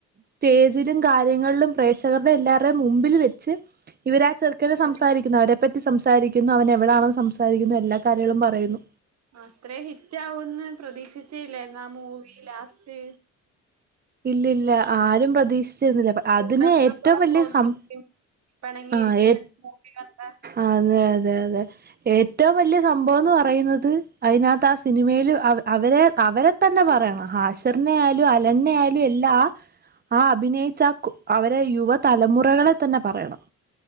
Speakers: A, on the right; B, on the right.
A: സ്റ്റേജിലും കാര്യങ്ങളിലും പ്രേക്ഷകരുടെ എല്ലാര്ടെയും മുമ്പിൽ വെച്ച് ഇവരാ ചെക്കനെ ക്കനെ
B: അതെ
A: സംസാരിക്കുന്നു അവരെപ്പറ്റി സംസാരിക്കുന്നു അവൻ എവിടാണെന്ന് സംസാരിക്കുന്നു എല്ലാ കാര്യങ്ങളും പറയുന്നു
B: അത്രേം ഹിറ്റ് ആവൂന്ന് പ്രതീക്ഷിച്ചീല്ലേന്നോ ആ മൂവി ലാസ്റ്റ്
A: ഇല്ല ഇല്ല ആരും പ്രതീക്ഷിച്ചിരുന്നില്ല ബട്ട് അതിന്
B: കൂടപ്പുറപ്പുകളൊക്കെ
A: ഏറ്റവും വല്ല്യ
B: ഒന്നിക്കും
A: സം
B: പിണങ്ങിയിരിക്കുന്ന,
A: ആഹ് ഏ
B: മൂവി കണ്ടെ
A: അതെ അതെ അതെ ഏറ്റവും വലിയ സംഭവന്ന് പറയുന്നത് അയ്നകത്ത് ആ സിനിമേൽ അവ അവരെ അവരെത്ത തന്നെ പറയണം ഹാഷറിനെ ആയാലും അലനെ ആയാലും എല്ലാ ആ അഭിനയിച്ച കു അവരെ യുവ തലമുറകളെ തന്നെ പറയണം